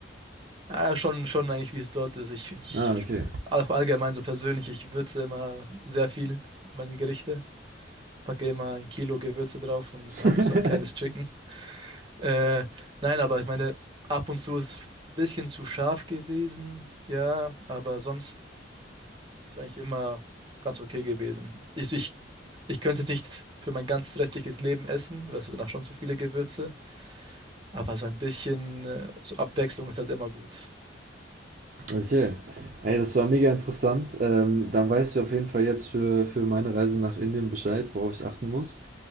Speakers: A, on the right; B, on the right.
A: Ah, schon, schon eigentlich, wie es dort ist. Ich, ich
B: Ah, okay.
A: auch allgemein so persönlich, ich würze immer sehr viel meine Gerichte, packe immer ein Kilo Gewürze drauf und habe
B: <laughs>
A: so ein kleines Chicken. Äh, nein, aber ich meine, ab und zu ist ein bisschen zu scharf gewesen, ja, aber sonst ist eigentlich immer ganz okay gewesen. Ich, ich, ich könnte es nicht für mein ganzes restliches Leben essen, weil es danach schon zu viele Gewürze, aber so ein bisschen äh, so Abwechslung ist halt immer gut.
B: Okay. hey, das war mega interessant. Ähm, dann weiß ich auf jeden Fall jetzt für für meine Reise nach Indien Bescheid, worauf ich achten muss.